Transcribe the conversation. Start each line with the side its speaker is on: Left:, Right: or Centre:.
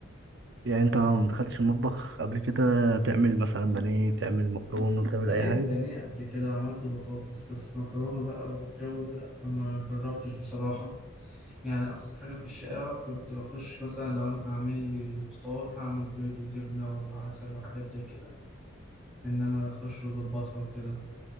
Right: يعني انت ما دخلتش المطبخ قبل كده تعمل مثلا بانيه تعمل مكرونه وتعمل
Centre: قليت
Right: اي حاجه
Centre: بانيه قبل كده وعملت بطاطس بس مكرونة بقى والجو ده لا ما جربتش بصراحة يعني أقصى حاجة في الشقاوة كنت بخش مثلا لو أنا هعمل لي فطار هعمل بيض وجبنة وعسل وحاجات زي كده ان انا اخش اظبطها وكده